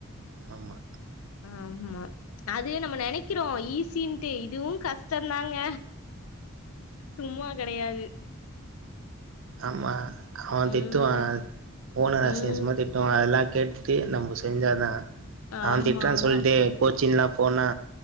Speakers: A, on the right; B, on the left.
A: ஆமா
B: ஆமா அது நம்ம நினைக்கிறோ ஈஸிட்டு இதுவு கஷ்டந்தாங்க சும்மா கெடையாது
A: ஆமா அவன்
B: ம்
A: திட்டுவான் போன அசிங்க
B: ம்
A: அசிங்கமா திட்டுவான் அதெல்லா கேட் ட்டு நம்ம செஞ்சாதா அவன்
B: ஆமா
A: திட்றான்
B: ஆமா
A: சொல்லிட்டு கோச்சின்ல்லா போனா